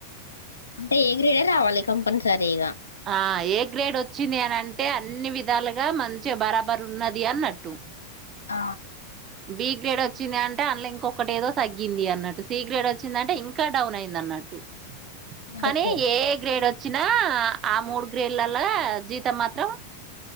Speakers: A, on the left; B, on the right.
A: అంటే ఏ గ్రీడే రావాలి కంపల్సరీ ఇగా
B: ఆ ఏ గ్రేడ్ వచ్చింది అని అంటే అన్ని విధాలుగా మంచిగా బరాబర్ ఉన్నది అన్నట్టు
A: ఆ
B: బి గ్రేడ్ వచ్చింది అంటే అందులో ఇంకొకటి ఏదో తగ్గింది అన్నట్టు సి గ్రేడ్ వచ్చిందింటే ఇంకా డౌన్ అయింది అన్నట్టు
A: వర్క్
B: కానీ ఏ గ్రేడ్ వచ్చినా ఆ మూడు గ్రేళ్లలాగా జీతం మాత్రం